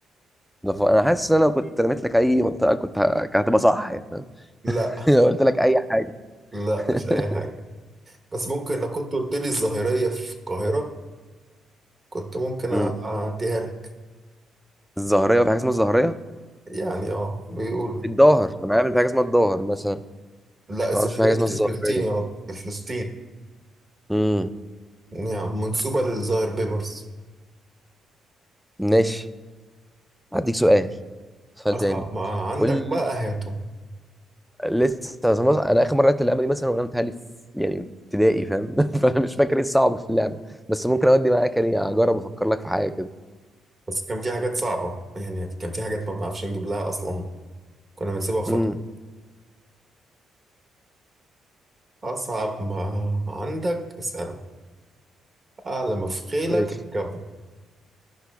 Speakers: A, in the centre; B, on the right.
A: ضف- انا حاسس ان انا كنت رميت لك اي منطقه كنت ه- كانت هتبقى صح يعني فاهم؟
B: لا
A: <laughs> لو قلت لك اي حاجه
B: لا
A: <laughs>
B: مش أي حاجة بس ممكن لو كنت قلت لي الظاهرية في القاهرة كنت ممكن
A: امم
B: أ- أعديها لك
A: الظهريه في حاجه اسمها الظهريه
B: يعني اه بيقولوا
A: الظاهر انا عارف إن في حاجه اسمها الظاهر مثلا
B: لا الظاهرية
A: ما اعرفش في حاجه اسمها
B: دي في
A: الظهريه
B: فلسطين يا رب في فلسطين
A: امم
B: يعني منسوبة للظاهر بيبرس
A: ماشي هديك سؤال سؤال
B: أصعب
A: تاني
B: ما عندك
A: قول لي
B: بقى هاته
A: لسه زي ما بص- انا اخر مره لعبت اللعبه دي مثلا وانا متهيألي في يعني ابتدائي فاهم <laughs> فانا مش فاكر ايه الصعب في اللعبه بس ممكن اودي معاك يعني اجرب افكر لك في حاجه كده
B: بس كان في حاجات صعبة يعني كان في حاجات ما بنعرفش نجيب لها أصلا كنا بنسيبها فترة
A: امم
B: أصعب ما عندك اسأله أعلى ما في خيلك
A: ماشي
B: اركبه